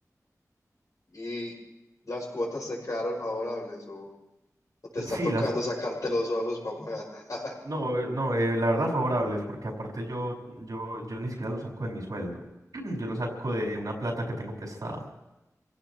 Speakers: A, on the left; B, on the right.
A: Y las cuotas te quedaron favorables o, o te
B: Eh,
A: está
B: Sí,
A: tocando
B: las, co-
A: sacarte los ojos para pagar. <laughs>
B: No, eh, no, eh, la verdad favorables, porque aparte yo, yo, yo ni siquiera lo saco de mi sueldo, <clears throat> yo lo saco de una plata que tengo prestada.